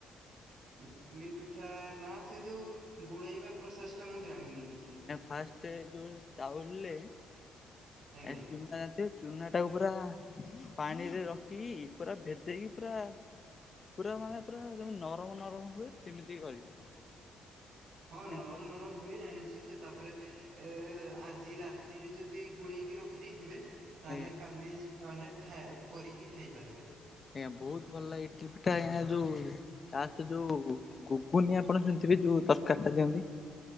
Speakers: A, on the right; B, on the left.
A: ଇଟଲିି ପିଠା ନା ସେ ଯୋଉ ଗୋଳେଇବା ପ୍ରୋସେସ ଟା ମୁଁ ଜାଣିନି କିଛି
B: ଫାର୍ଷ୍ଟ ଏ ଯୋଉ ଚାଉଲରେ
A: ଆଜ୍ଞା
B: ଚୁନା ଦେ ଚୁନା ଟାକୁ ପୁରା ପାଣିରେ ରଖିକି ପୁରା ଭେଦେଇକି ପୁରା ପୁରା ମାନେ ପୁରା ଯେମି ନରମ ନରମ ହୁଏ ସେମିତି କରିବେ।
A: ହଁ
B: ଆଜ୍ଞା
A: ନରମ ନରମ ହୁଏ ଜାଣିଛି ସେ ତାପରେ ଏ ଆଜି ରା ରେ ଯଦି ଗୋଳେଇକି ରଖିଦେଇଥିବେ ତାହେଲେ
B: ଆଜ୍ଞା।
A: କାଲି ସକାଳରେ ଖ କରିକି ଖାଇପାରିବେ
B: ଏ ବହୁତ ଭଲ ଇଟଲି ପିଠା ଆଜ୍ଞା ଯୋଉ ତା ସେ ଯୋଉ ଗୁଗୁନି ଆପଣ ଶୁଣିଥିବେ ଯୋଉ ତରକାରୀ ଟା ଦିଅନ୍ତି